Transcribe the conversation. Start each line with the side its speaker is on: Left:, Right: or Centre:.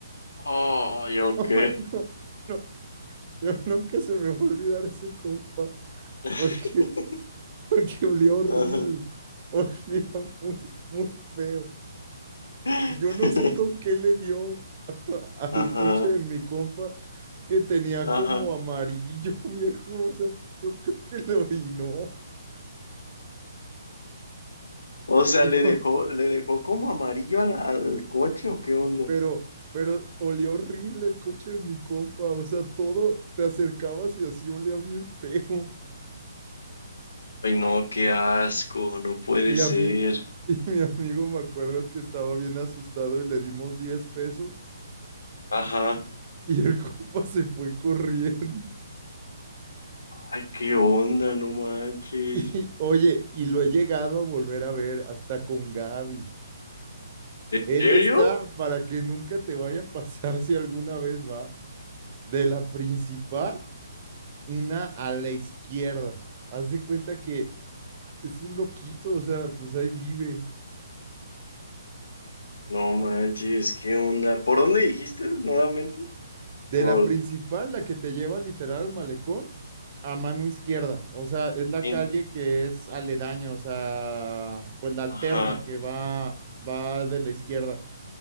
Left: Oh, ok.
Right: <laughs> Ay, no, no, yo nunca se me va a olvidar ese compa,
Left: <laughs>
Right: porque, porque olía horrible,
Left: Ajá.
Right: olía muy, muy feo.
Left: <laughs>
Right: Y yo no sé con qué le dio a- al
Left: Ajá.
Right: coche de mi compa que tenía como
Left: Ajá.
Right: amarillo, <laughs> viejo. O sea, yo creo que lo orinó. <laughs>
Left: O sea,
Right: Y
Left: le
Right: yo,
Left: dejó, le dejó como amarillo al, al coche o qué onda.
Right: pero, pero olía horrible el coche de mi compa. O sea, todo te acercabas y así olía bien feo.
Left: Ay, no, qué asco, no puede
Right: Y
Left: ser.
Right: a mí, <laughs> y mi amigo me acuerdo que estaba bien asustado y le dimos 10 pesos.
Left: Ajá.
Right: Y, y- y el <laughs> compa se fue corriendo. <laughs>
Left: Ay, qué onda, no manches.
Right: Y oye, y lo he llegado a volver a ver hasta con Gaby.
Left: ¿En
Right: Él
Left: serio?
Right: está para que nunca te vaya a pasar si alguna vez vas. de la principal, una a la izquierda. Haz de cuenta que es un loquito, o sea, pues ahí vive.
Left: No manches, qué onda. ¿Por dónde dijiste nuevamente?
Right: De
Left: Por
Right: la principal, la que te lleva literal al malecón, a mano izquierda. O sea, es la
Left: Tin-
Right: calle que es aledaña, o sea, pues la alterna
Left: Ajá,
Right: que va, va de la izquierda. <laughs>